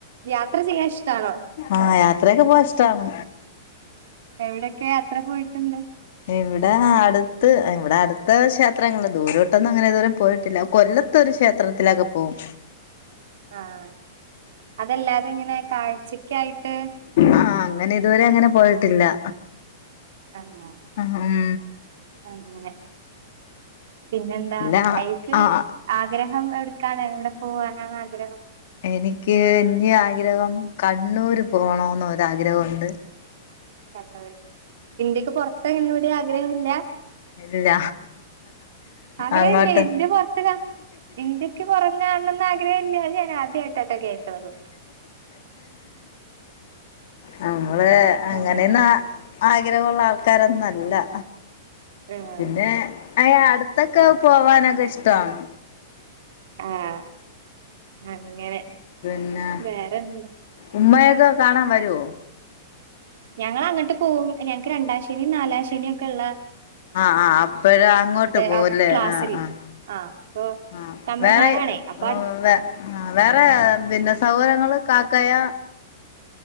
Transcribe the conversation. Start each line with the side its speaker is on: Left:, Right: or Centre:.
Right: യാത്ര ചെയ്യാൻ ഇഷ്ട്ടണോ?
Left: ആഹ് യാത്രയൊക്കെ പോവാ ഇഷ്ട്ടാണ്
Right: എവിടെക്കെ യാത്ര പോയിട്ടുണ്ട്
Left: ഇവിടെ അടുത്ത് ഇവിടെ അടുത്ത ക്ഷേത്രങ്ങൾ ദൂരോട്ടൊന്നും അങ്ങനെ ഇരുവരെ പോയിട്ടില്ലാ കൊല്ലത് ത്തൊരു ക്ഷേത്രത്തിലൊക്കെ പോവും
Right: ആഹ് അതല്ലാതെ ഇങ്ങനെ കാഴ്ചയ്ക്കായിട്ട്
Left: ആഹ് അങ്ങനെ ഇതുവരെ അങ്ങനെ പോയിട്ടില്ലാ
Right: ആഹ്
Left: ആഹ് ഉം
Right: അങ്ങനെ പിന്നെന്താ
Left: ഇല്ല
Right: ഏറ്റും
Left: ആഹ്
Right: ആഗ്രഹം എവിടുക്കാണ് എവിടെ പോവാനാണ് ആഗ്രഹം
Left: എനിക്ക് ഇന്നി ആഗ്രഹം കണ്ണൂര് പോണോന്ന് ഒരാഗ്രഹൊണ്ട്
Right: കണ്ണൂര് ഇന്ത്യക്ക് പൊറത്ത് അങ്ങനെ എവിടേം ആഗ്രഹല്ലാ?
Left: ഇല്ല
Right: ആഗ്രഹല്ല്യാ
Left: അങ്ങോട്ട്
Right: ഇൻ്റെ പൊറത്ത്താ ഇന്ത്യക്ക് പൊറം കാണണെന്ന് ആഗ്രഹല്ല്യാ അത് ഞാൻ ആദ്യായിട്ടാട്ടോ കേക്കണത്
Left: നമ്മള് അങ്ങനെയൊന്നും
Right: അങ്ങനെ
Left: ആഗ്രഹവൊള്ള ആൾക്കാരൊന്നു അല്ലാ
Right: ആഹ്
Left: പിന്നെ അയ്ന് അടുത്തൊക്കെ
Right: ആഹ്
Left: പോവാനൊക്കെ ഇഷ്ട്ടവാണ്
Right: ആഹ് അങ്ങനെ
Left: പിന്നെ
Right: വേറെന്താ
Left: ഉമ്മയൊക്കെ കാണാൻ വരോ
Right: ഞങ്ങള് അങ്ങട്ട് പോവും ഞങ്ങക്ക് രണ്ടാം ശനിം നാലാം ശനിയൊക്കെള്ള
Left: ആഹ് ആഹ് അപ്പഴ് അങ്ങോട്ട് പോവല്ലേ
Right: ആ ക്ലാസ്സില്ല
Left: ആഹ് ആഹ്
Right: ആഹ് അപ്പൊ
Left: ആഹ്
Right: തമിഴ്നാടാണേ
Left: വേറെ
Right: അപ്പൊ
Left: ഉം
Right: അടു
Left: വേ ആഹ് വേറെ പിന്നെ സഹോദരങ്ങള് കാക്കയാ